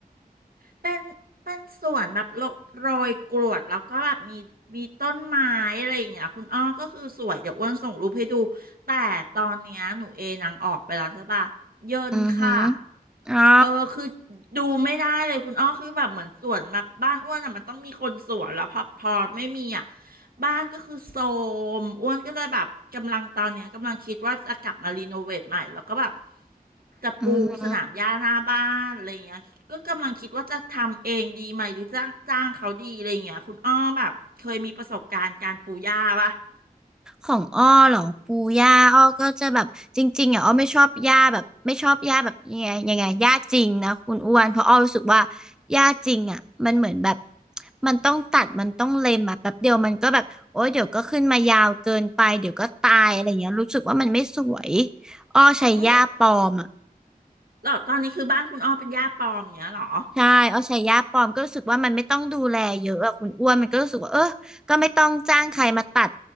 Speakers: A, on the right; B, in the centre.
A: เป็นเป็นสวนแบบโรโรยกรวดแล้วก็แบบมีมีต้นไม้อะไรอย่างเงี้ยคุณอ้อก็คือสวยเดี๋ยวอ้วนส่งรูปให้ดูแต่ตอนเนี้ยหนูเอนางออกไปแล้วใช่ปะเยินค่ะ
B: อือฮึอเอา
A: เออคือดูไม่ได้เลยคุณอ้อคือแบบเหมือนสวนแบบบ้านอ้วนอ่ะมันต้องมีคนสวนแล้วพอพอไม่มีอ่ะ บ้านก็คือโทรมอ้วนก็เลยแบบกำลังตอนเนี้ยกำลังคิดว่าจะกลับมารีโนเวทใหม่แล้วก็แบบจะปูสนามหญ้าหน้าบ้านอะไรเงี้ยก็กำลังคิดว่าจะทำเองดีไหมหรือจ้างจ้างเขาดีอะไรเงี้ยคุณอ้อแบบเคยมีประสบการณ์การปูหญ้าปะ
B: อือฮึ ของอ้อเหรอปูย่าอ้อก็จะแบบจริงๆอ่ะอ้อไม่ชอบย่าแบบไม่ชอบย่าแบบยังไงยังไงย่าจริงนะคุณอ้วนเพราะอ้อรู้สึกว่าย่าจริงอ่ะมันเหมือนแบบมันต้องตัดมันต้องเล็มอ่ะแป๊บเดียวมันก็แบบโอ๊ยเดี๋ยวก็ขึ้นมายาวเกินไปเดี๋ยวก็ตายอะไรเงี้ยรู้สึกว่ามันไม่สวยอ้อใช้ย่าปลอมอ่ะ
A: อืมหรอตอนนี้คือบ้านคุณอ้อเป็นหญ้าปลอมเนี้ยเหรอ
B: ใช่เอาใช้ยาปลอมก็รู้สึกว่ามันไม่ต้องดูแลเยอะอะคุณอ้วนมันก็รู้สึกว่าเออก็ไม่ต้องจ้างใครมาตัด